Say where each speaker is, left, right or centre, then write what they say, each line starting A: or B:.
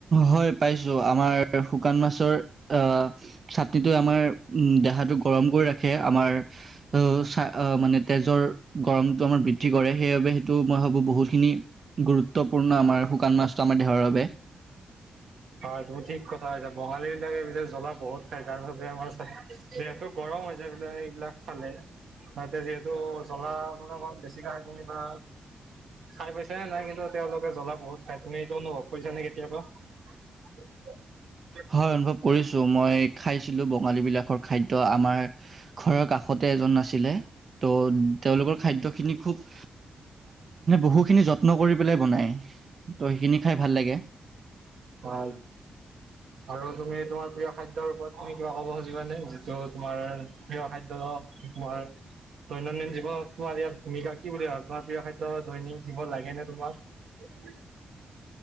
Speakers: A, on the right; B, on the right.
A: হয় পাইছো। আমাৰ শুকান মাছৰ আহ চাটনিটোৱে আমাৰ উম দেহাটো গৰম কৰি ৰাখে, আমাৰ আহ চ মানে তেজৰ গৰমটো আমাৰ বৃদ্ধি কৰে। সেইবাবে সেইটো মই ভাবো বহুতখিনি গুৰুত্বপূৰ্ণ আমাৰ শুকান মাছটো আমাৰ দেহৰ বাবে। <unintelligible>
B: হয় তুমি ঠিক কথা কইছা বঙালী বিলাকে পিছে জ্বলা বহুত খাই। যাৰ বাবে আমাৰ যিহেতু গৰম হৈ যায় বোলে এইবিলাক খালে। তাহাতে যিহেতু জ্বলা মানে অমান বেছিকে খাই তুমি বা খাই পাইছা নে নাই। কিন্তু তেওঁলোকে জ্বলা বহুত খাই তুমি এইটো অনুভৱ কৰিছা নে কেতিয়াবা? <inaudible>
A: হয় অনুভৱ কৰিছোঁ, মই খাইছিলো ব- বঙালীবিলাকৰ খাদ্য- ত' আমাৰ ঘৰৰ কাষতে এজন আছিলে ত' তেওঁলোকৰ খাদ্য- খিনি খুব, বহু খিনি যত্ন কৰি বনাই, তো সেইখিনি খাই ভাল লাগে।
B: হয়! আৰু তুমি তোমাৰ প্ৰিয় খাদ্যৰ ওপৰত তুমি কিবা ক'ব খুজিবা নে, যিটো তোমাৰ প্ৰিয় খাদ্য তোমাৰ দৈনন্দিন জীৱন তোমাৰ ইয়াত ভূমিকা কি বুলি ভ তোমাৰ প্ৰিয় খাদ্য দৈনিক জীৱন লাগে নে তোমাক?